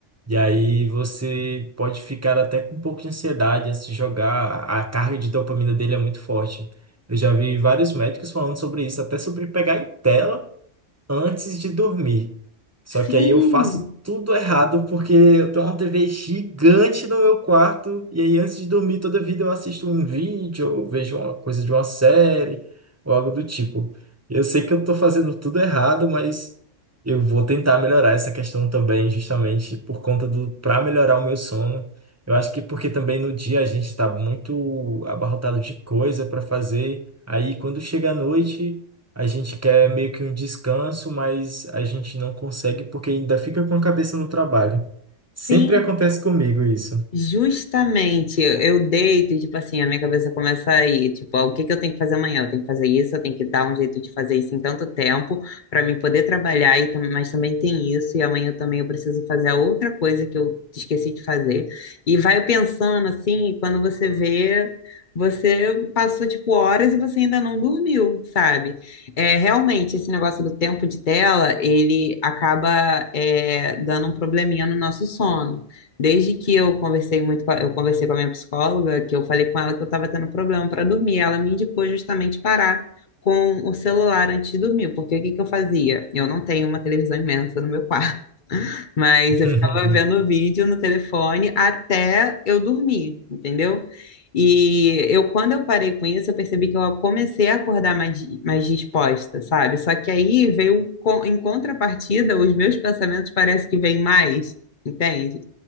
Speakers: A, on the right; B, on the left.
A: E aí você pode ficar até com um pouco de ansiedade antes de jogar. A carga de dopamina dele é muito forte. Eu já vi vários médicos falando sobre isso, até sobre pegar em tela antes de dormir. Só
B: Sim,
A: que aí eu faço tudo errado porque eu tenho uma TV gigante no meu quarto e aí antes de dormir toda vida eu assisto um vídeo ou vejo uma coisa de uma série ou algo do tipo. Eu sei que eu tô fazendo tudo errado, mas eu vou tentar melhorar essa questão também, justamente por conta do para melhorar o meu sono. Eu acho que porque também no dia a gente está muito abarrotado de coisa para fazer. Aí quando chega à noite a gente quer meio que um descanso, mas a gente não consegue porque ainda fica com a cabeça no trabalho.
B: sim.
A: Sempre acontece comigo isso.
B: Justamente, eu eu deito e, tipo assim, a minha cabeça começa a ir, tipo, ah, o que que eu tenho que fazer amanhã? Eu tenho que fazer isso, eu tenho que dar um jeito de fazer isso em tanto tempo para mim poder trabalhar, e, tam- mas também tem isso, e amanhã também eu preciso fazer a outra coisa que eu esqueci de fazer. E vai pensando assim, e quando você vê, você passou, tipo, horas e você ainda não dormiu, sabe? É, realmente, esse negócio do tempo de tela, ele acaba, é, dando um probleminha no nosso sono. Desde que eu conversei muito com a, eu conversei com a minha psicóloga, que eu falei com ela que eu estava tendo problema para dormir, ela me indicou justamente parar com o celular antes de dormir, porque o que que eu fazia? Eu não tenho uma televisão imensa no meu quarto, <laughs> mas eu
A: <laughs>
B: ficava vendo vídeo no telefone até eu dormir, entendeu? E eu, quando eu parei com isso, eu percebi que eu comecei a acordar mais, mais disposta, sabe? Só que aí veio, co- em contrapartida, os meus pensamentos parece que vêm mais, entende?